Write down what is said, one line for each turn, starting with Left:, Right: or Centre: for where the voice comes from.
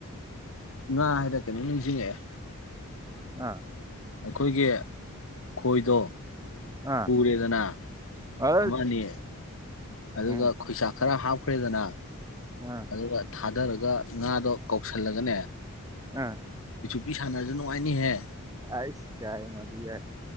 Left: ꯉꯥ ꯍꯥꯏꯅ ꯀꯩꯅꯣꯝ ꯅꯤꯡꯁꯤꯡꯉꯛꯑꯦ
Right: ꯑꯥ
Left: ꯑꯩꯈꯣꯏꯒꯤ ꯈꯣꯏꯗꯣ
Right: ꯑꯥ
Left: ꯄꯨꯔꯦꯗꯅ
Right: ꯑꯁ
Left: ꯑꯃꯅꯤ ꯑꯗꯨꯒ
Right: ꯎꯝ
Left: ꯈꯣꯏꯆꯥꯛ ꯈꯔ ꯍꯥꯞ ꯈꯣꯏꯦꯗꯅ
Right: ꯑꯥ
Left: ꯑꯗꯨ ꯊꯥꯗ ꯑꯗꯨꯒ ꯉꯥꯗꯣ ꯀꯧꯁꯜꯂꯒꯅꯦ
Right: ꯑꯝ
Left: ꯅꯨꯄꯤ ꯁꯥꯟꯅꯁꯨ ꯅꯨꯡꯉꯥꯏꯅꯤꯍꯦ
Right: ꯑꯁ ꯌꯥꯏ ꯃꯗꯨ ꯌꯥ